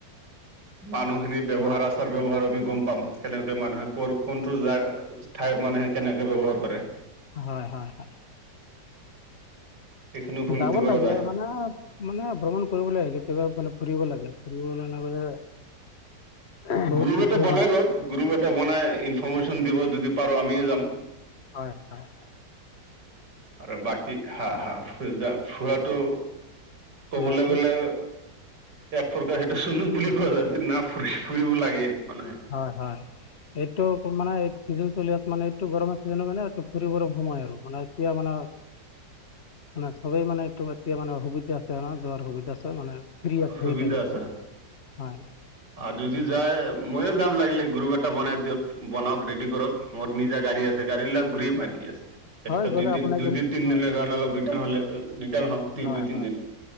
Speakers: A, on the right; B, on the left.
A: মানুহখিনি
B: হ'ব
A: ব্যৱহাৰ
B: অ
A: আচাৰ ব্যৱহাৰ আমি গম পাম কেনেকে মানুহে কৰ কোনটো ঠাইৰ মানুহে কেনেকে ব্যৱহাৰ কৰে।
B: হয় হয় হয়।
A: এইখিনি উপলব্ধি
B: যাব
A: কৰা
B: লাগে
A: যায়
B: মানে মানে ভ্ৰমণ কৰিব লাগে কেতিয়াবা মানে ফুৰিব লাগে। ফুৰিবলৈ <unintelligible>
A: গ্ৰুপ
B: কিছু
A: এটা বনাই
B: মানে
A: লওক গ্ৰুপ এটা বনাই ইনফৰৰ্মেশ্যন দিব যদি পাৰো আমিও যাম।
B: হয় হয়।
A: আৰু বাকি হা হা। ফুৰাটো ক'বলৈ
B: মানে
A: গ'লে
B: এই
A: এক প্ৰকাৰ সেইটো চুনুক বুলি কোৱা যায়। না ফুৰিব লাগে মানুহে
B: হয় হয় এইটো মানে চিজন চলি আছে মানে এইটো গৰমৰ চিজনৰ মানে ফুৰিবলে সময় আৰু মানে এতিয়া মানে মানে সবেই মানে এতিয়া মানে সুবিধা আছে যোৱাৰ সুবিধা আছে মানে ফ্ৰী আছে
A: সুবিধা
B: সেই টাইমটো
A: আছে
B: হয়
A: আৰু যদি
B: এতিয়া
A: যায় মই মইও যাম লাগিলে গ্ৰুপ এটা বনাই দিয়ক বনাওক ৰেডি কৰক মোৰ নিজা গাড়ী আছে। গাড়ী লৈ ঘূৰিম আৰু কি আছে।
B: হয়
A: এটা
B: গ'লে
A: দুইদিন
B: আপোনাক
A: দুইদিন
B: ইন
A: তিন
B: হয়
A: দিনৰ কাৰণে অলপ ৰিটাৰ হলে ৰিটাৰ হম
B: হয়
A: দুই তিনদিনত।
B: হয়